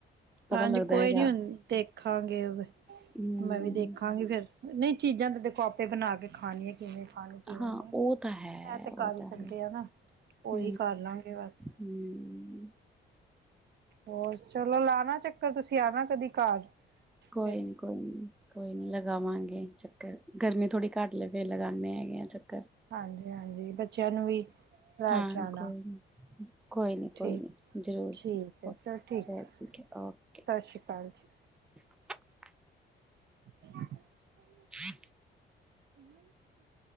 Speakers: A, in the centre; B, on the right.
A: ਪਤਾ
B: ਹਾਂਜੀ
A: ਲੱਗਦਾ
B: ਕੋਈ
A: ਹੈਗਾ
B: ਨੀ ਹੁਣ ਦੇਖਾਂਗੇ।
A: ਹੂੰ
B: ਮੈਂ ਵੀ ਦੇਖਾਂਗੀ ਫੇਰ। ਨਹੀਂ ਚੀਜ਼ਾਂ ਤੇ ਦੇਖੋ ਆਪੇ ਬਣਾ ਕੇ ਖਾਣੀਆਂ ਕਿਵੇਂ। ਖਾਣੀ ਕਿਵੇਂ
A: ਹਾਂ
B: ਨਹੀਂ
A: ਉਹ ਤਾਂ ਹੈ
B: ਇਹ ਤੇ
A: ਉਹ
B: ਕਰ ਹੀ
A: ਤਾਂ
B: ਸਕਦੇ
A: ਹੈ
B: ਆ ਨਾ ਉਹੀ
A: ਹੂ
B: ਕਰ ਲਾਂਗੇ ਬਸ
A: ਹੂ।
B: ਹੋਰ ਚਲੋ ਲਾਣਾ। ਚੱਕਰ ਤੁਸੀਂ ਆਣਾ ਕਦੀ ਘਰ।
A: ਕੋਈ
B: ਫਿਰ
A: ਨੀ ਕੋਈ ਨੀ ਕੋਈ ਨੀ ਲਗਾਵਾਂਗੇ। ਚੱਕਰ ਗਰਮੀ ਥੋੜੀ ਘੱਟ ਲੇ ਫਿਰ ਲਗਾਉਦੇ ਹੈਗੇ ਆ ਚੱਕਰ।
B: ਹਾਂਜੀ ਹਾਂਜੀ ਬੱਚਿਆਂ ਨੂੰ ਵੀ ਲੈ
A: ਹਾਂ
B: ਕੇ ਆਉਣਾ
A: ਕੋਈ ਨੀ ਕੋਈ ਨੀ ਕੋਈ
B: ਠੀਕ
A: ਨੀ ਜ਼ਰੂਰ
B: ਠੀਕ
A: ਜੀ
B: ਹੈ। ਚਲ ਠੀਕ
A: ਚਲੋ
B: ਸਤਿ
A: ਹੈ ਓਕੇ
B: ਸ੍ਰੀ ਅਕਾਲ ਜੀ।
A: <inaudible>
B: <unintelligible>
A: <unintelligible>
B: ਉਹਾਰ <unintelligible>